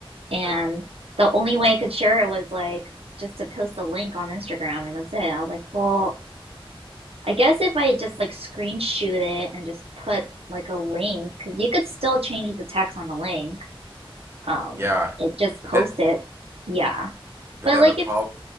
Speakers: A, on the right; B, on the right.
A: And
B: right?
A: the only way I could share it was like just to post a link on Instagram and that's it. I was like, well, I guess if I just like screenshot it and just put like a link, because you could still change the text on the link. Um,
B: Yeah,
A: it just
B: but
A: post
B: that
A: it. Yeah.
B: but
A: But
B: then
A: like
B: the problem
A: it's